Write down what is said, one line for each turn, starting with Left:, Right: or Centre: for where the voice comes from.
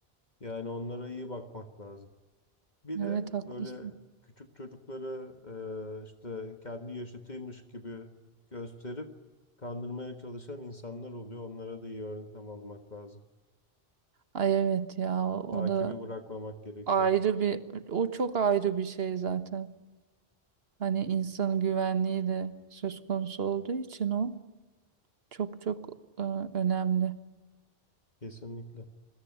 Left: Yani onlara iyi bakmak lazım. Bir de
Right: Evet haklısın.
Left: böyle küçük çocuklara e, işte kendi yaşıtıymış gibi gösterip kandırmaya çalışan insanlar oluyor. Onlara da iyi önlem almak lazım.
Right: Ay evet ya o,
Left: Takibi
Right: o da
Left: bırakmamak gerekiyor.
Right: ayrı bir o çok ayrı bir şey zaten. Hani insanın güvenliği de söz konusu olduğu için o çok çok e, önemli.
Left: Kesinlikle.